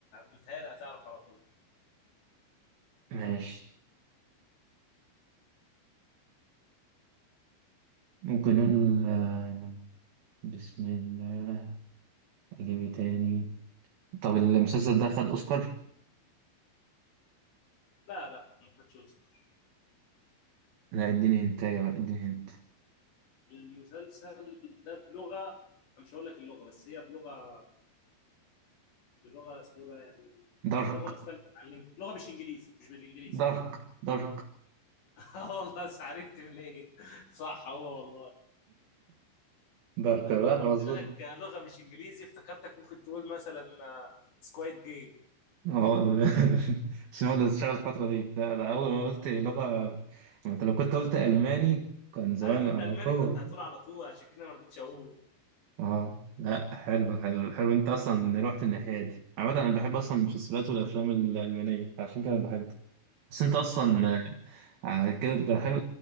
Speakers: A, on the left; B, on the right.
A: متهيألي هتعرف على طول
B: ماشي ممكن نقول آه، بسم الله أجيب إيه تاني طب المسلسل ده خد اوسكار
A: لا لا ما خدش اوسكار
B: لا اديني هنتايه بقى اديني هنت
A: المسلسل ده بلغه أنا مش هقول لك اللغه بس هي بلغه بلغه اسمه ده يعني
B: دارك
A: لغه مختلفه عن الإنج- لغه مش انجليزي مش بالانجليزي
B: دارك دارك
A: <laughs> آه والله بس عرفت منين صح هو والله
B: دارك
A: انا
B: بقى
A: لما
B: مظبوط
A: قلت لك آه، لغه مش انجليزي افتكرتك ممكن تقول مثلا سكواد جيم
B: اه <laughs> عشان هو اللي اشتغل الفترة دي لا ده أول ما قلت لغة أنت لو كنت قلت ألماني كان زمان
A: انا كنت
B: على
A: الماني
B: طول
A: كنت هتقول على طول عشان كده ما رضيتش اقول
B: اه لا حلو حلو حلو أنت أصلا رحت الناحية دي عامة أنا بحب أصلا المسلسلات والأفلام الألمانية عشان كده بحب بس أنت أصلا
A: آه،
B: على كده كنت بحب